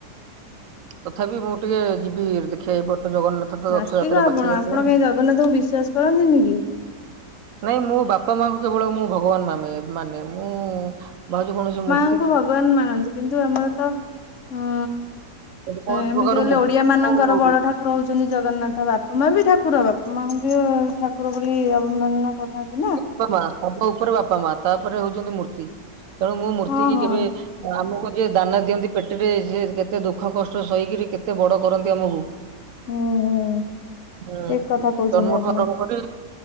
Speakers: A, on the right; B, on the left.
A: ତଥାପି ମୁଁ ଟିକେ ଯିବି ଦେଖିବା ଏଇ ବର୍ଷ ଜଗନ୍ନାଥ ତ
B: ନାସ୍ତିକ
A: ରଥଯାତ୍ରା
B: ଆପଣ
A: ପାଖେଇ ଆସିଲାଣି।
B: ଆପଣ କାହିଁ ଜଗନ୍ନାଥଙ୍କୁ ବିଶ୍ୱାସ କରନ୍ତିନି କି?
A: ନାଇଁ ମୋ ବାପା ମାଙ୍କୁ କେବଳ ମୁଁ ଭଗବାନ ମାନେ ମାନେ ମୁଁ ଭାଉଛି କୌଣସି ମୂ
B: ତାଙ୍କୁ ଭଗବାନ ମାନନ୍ତି କିନ୍ତୁ ଆମର ତ ହଁ
A: କୌଣସି
B: ଏମିତି
A: ପ୍ରକାର
B: କଲେ
A: ମୂର୍ତ୍ତି
B: ଓଡିଆ ମାନଙ୍କର
A: ମୁଁ
B: ବଡ ଠାକୁ ରହୁଛନ୍ତି ଜଗନ୍ନାଥ ବାପା ମା ବି ଠାକୁର ବାପା ମା ବି ଠା କୁକୁର ବୋଲି ଅବମାନନା କରୁନାହାନ୍ତି ନା?
A: ବାପା ମା ସବ ଉପରେ ବାପା ମା ତାପରେ ହଉଛନ୍ତି ମୂର୍ତ୍ତି ତେଣୁ ମୁଁ ମୂର୍ତ୍ତି
B: ହଁ
A: କି
B: ହଁ
A: କେବେ ଆମକୁ ଯିଏ ଦାନା ଦିଅନ୍ତି ପେଟରେ ସେ କେତେ ଦୁଃଖ କଷ୍ଟ ସହିକିରି କେତେ ବଡ କରନ୍ତି ଆମକୁ?
B: ହୁଁ ହୁଁ
A: ହୁଁ
B: ଠିକ କଥା କହୁଛନ୍ତି
A: ଜନ୍ମଠୁ
B: ଆପଣ
A: ଆରମ୍ଭ କରିକି